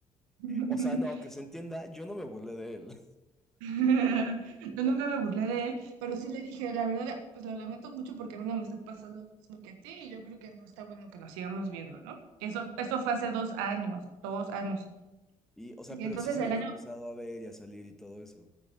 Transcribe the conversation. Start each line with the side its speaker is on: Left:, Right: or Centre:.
Right: <laughs>
Centre: O sea, no, que se entienda, yo no me burlé de él.
Right: <laughs> Yo nunca me burlé de él, pero sí le dije, la verdad, pues lo lamento mucho porque a mí no me está pasando lo mismo que a ti y yo creo que no está bueno que nos sigamos viendo, ¿no? eso, eso fue hace dos años, dos años.
Centre: Y, o sea,
Right: Y
Centre: pero
Right: entonces
Centre: sí se
Right: el
Centre: habían
Right: año,
Centre: empezado a ver y a salir y todo eso.